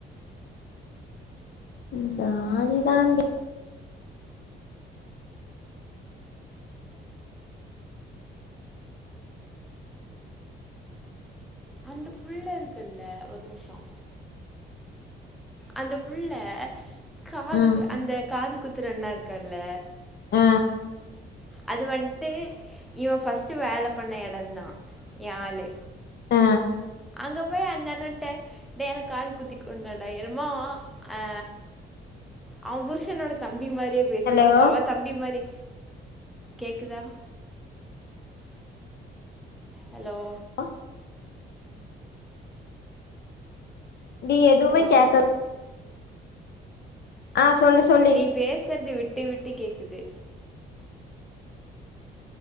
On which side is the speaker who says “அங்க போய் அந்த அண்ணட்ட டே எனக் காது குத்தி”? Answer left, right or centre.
Centre